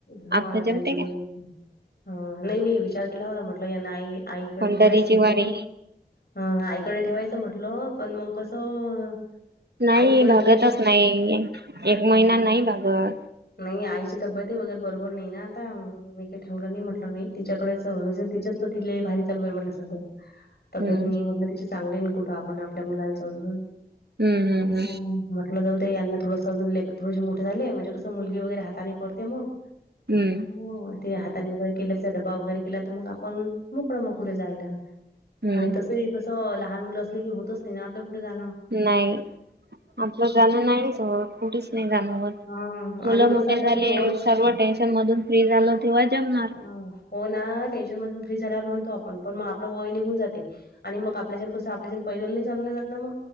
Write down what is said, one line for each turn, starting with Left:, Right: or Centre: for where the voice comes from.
Left: हा
Right: आपलं
Left: त्यांच
Right: जमते
Left: जण,
Right: का
Left: हा नाही मी विचार केला होता म म्हंटलं यांना आई आईकडे
Right: पंढरीची
Left: ठेवायचं म्हटलं.
Right: वारी
Left: हं आईकडे ठेवायचं म्हटलं पण मग कसं.
Right: नाही
Left: आईकडे
Right: भागतच
Left: ठेवायचं
Right: नाही, एक
Left: हं.
Right: महिना नाही भागत.
Left: नाही आईची तब्येतही वगैरे बरोबर नाही ना आता मी काही ठेवलं नाही म्हटलं नाही. तच्याकडेच तिच्याच <unintelligible> तिले भारी चालू आहे म्हटल सध्या, तब्येत
Right: हम्म
Left: म्हटलं तिची चांगले कुठं आपण आपल्या मुलां समजून,
Right: हम्म हम्म
Left: हो मट जाऊदे यांना थोडं सजून लेकर थोडेसे मोठे झाले म्हणजे कसं मुलगी वगैरे हाताने करते मग.
Right: हम्म हम्म
Left: हो ते हाताने वगैरे केल्याच डबा वगैरे केला तर मग आपण मोकळ मोकळ जायला, आणि
Right: हम्म.
Left: तस हि कस लहान मुलं असली की हो च नाही ना आपला कुठं जान.
Right: नाही. आपलं जाण नाहीच होत कुठेच नाही जाण,
Left: हां.
Right: मुलं
Left: आणि कसं
Right: मोठ्या
Left: आता
Right: झा
Left: ते
Right: ले
Left: वय
Right: सर्व टेन्शन मधून फ्री झालो तेव्हा जमणार.
Left: हां. हो ना टेन्शन मधून फ्री झाल्या वर म्हणतो आपण पण मग आपलं वय निघून जाते. आणि मग आपल्याच्यान कसं आपल्याच्यान पैदल नाही चालवलं जात ना मग.